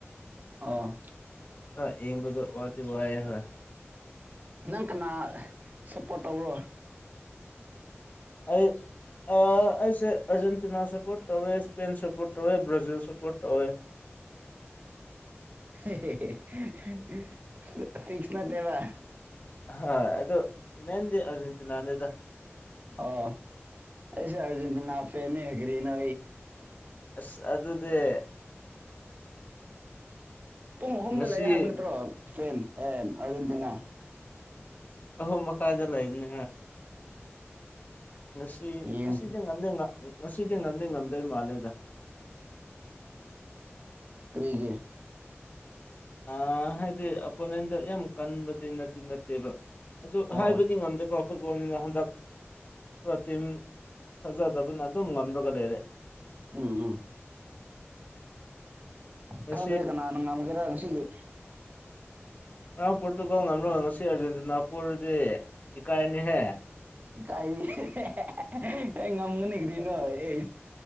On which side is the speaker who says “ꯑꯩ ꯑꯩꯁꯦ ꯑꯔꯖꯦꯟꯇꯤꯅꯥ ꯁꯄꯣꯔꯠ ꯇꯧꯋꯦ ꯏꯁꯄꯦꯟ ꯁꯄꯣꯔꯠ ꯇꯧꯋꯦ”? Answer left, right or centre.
Left